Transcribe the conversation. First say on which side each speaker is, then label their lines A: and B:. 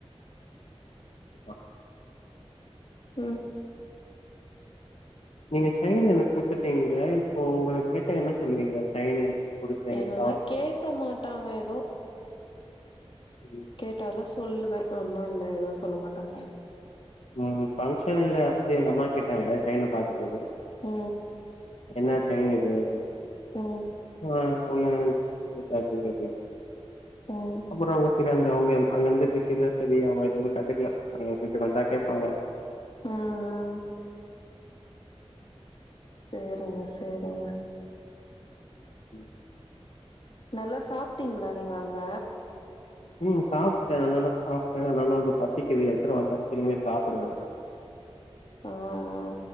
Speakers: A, on the left; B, on the left.
A: <unintelligible> <inaudible>
B: ம்
A: நீங்க ச்சையின்எனக் குடுத்ட்டீங்க க இப்போ உங்களுக்க கேட்டா என்ன சொல்லுவீங்க சைனு குடுத்தே எனக்கு
B: எங்கல்ல கேக்க மாட்டாங்க எதூ
A: ம்
B: கேட்டாலு சொல்லுவ ஒன்னு இல்ல எதூ சொல்ல மாட்டாங்க
A: ம பங்க்ஷன்ல அப்பே எங்க அம்மா கேட்டாங்க சைன்னு பாத்துட்டு
B: அ
A: என்னா சைனுது அப்டின்
B: ஓ
A: ஆ சொன்னேன் <unintelligible> ஆக்டடீவா பொய்ட்டுருக்
B: ம்
A: அப்பற ஒர் செகன்ட் அவங்க அங்க இர்ந்து பிஸி சரி அவுங்க எதுவுமே கண்டுக்ல அங்கிட்டு வந்தா கேப்பாங்க
B: அ அ சேரிங்க சேரிங்க
A: ம்
B: நல்லா சாப்பிட்டீங்ளா நீங்க அங்க
A: ம் சாப்டெ நல்லாதா சாப்டே அதனால உங்க பசிக்கிது எத்துரு வந்தா திரும்மியு சாப்பிடுவ
B: அ அ